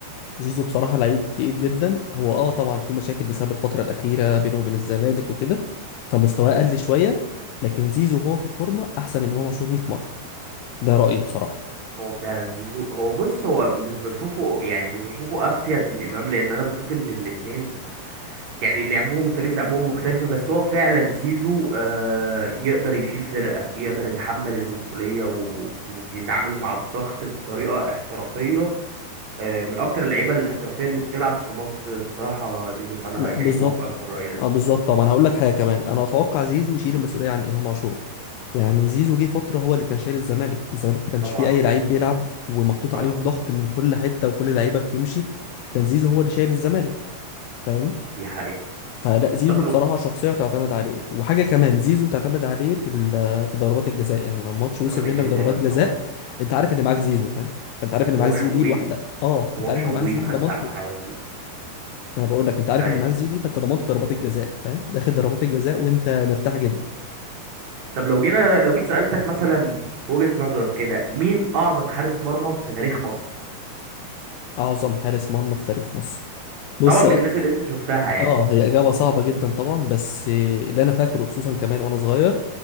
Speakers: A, on the left; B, on the right.
A: زيزو بصراحة لعيب تقيل جدا هو اه طبعا في مشاكل بسبب الفترة الأخيرة بينه وبين الزمالك وكده فمستواه قل شوية لكن زيزو هو في الفورمة أحسن من إمام عاشور 100 مرة ده رأيي بصراحة
B: هو فعلا زيزو هو بص هو مش بشوفه يعني مش بشوفه افيد من امام لان انا بشوف ان الاتنين يعني لعبهم طريقة لعبهم مختلفة بس هو فعلا زيزو آه يقدر يشيل فرقة يقدر يتحمل المسؤولية و- وبيتعامل مع الضغط بطريقة احترافية آه من اكتر اللعيبة الاحترافية اللي بتلعب في مصر بصراحة زيزو فانا
A: م-
B: يعني
A: بالظبط
B: موافقك في الرأي ده
A: اه بالظبط طبعا هقول لك حاجة كمان أنا أتوقع زيزو يشيل المسؤولية عن إمام عاشور يعني زيزو جه فترة هو اللي كان شايل الزمالك الزمالك ما كانش
B: طبعا
A: فيه أي لعيب بيلعب ومحطوط
B: طبعا
A: عليهم ضغط من كل حتة وكل لعيبة بتمشي كان زيزو هو اللي شايل الزمالك فاهمني
B: دي حقيقة
A: فلا زيزو
B: طب لو
A: بصراحة شخصية تعتمد عليه وحاجة كمان زيزو تعتمد عليه
B: مم،
A: في ال- في ضربات الجزاء يعني لو ماتش وصل
B: ضربات
A: منك
B: الجزاء
A: ضربات جزاء
B: طبعا
A: انت عارف ان معاك زيزو فاهم فانت عارف ان
B: وهو
A: معاك زيزو
B: شويت
A: دي لوحدها اه
B: وهو
A: انت عارف
B: شويت
A: ان معاك زيزو
B: حتى
A: دي ضمنت
B: على
A: ما
B: ال...
A: انا بقول لك انت عارف
B: أيوة.
A: ان معاك زيزو دي فانت ضمنت ضربات الجزاء فاهم داخل ضربات الجزاء وانت مرتاح جدا
B: طب لو جينا لو جيت سألتك مثلا في وجهة نظرك كده مين أعظم حارس مرمى في تاريخ مصر؟
A: اعظم حارس مرمى في تاريخ مصر بص
B: طبعا من الناس اللي أنت شفتها يعني
A: اه هي اجابة صعبة جدا طبعا بس اللي انا فاكره خصوصا كمان وانا صغير